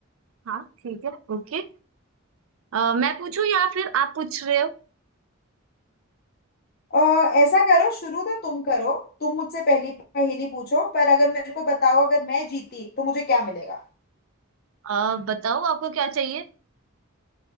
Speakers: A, on the right (about 80°); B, on the left (about 50°).
A: हाँ ठीक है ओके अ, मैं पूछूं या फिर आप पूछ रहे हो
B: अ, ऐसा करो शुरू तो तुम करो तुम मुझसे पहली पहेली पूछो पर अगर मेरे को बताओ अगर मैं जीती तो मुझे क्या मिलेगा
A: अ, बताओ आपको क्या चाहिए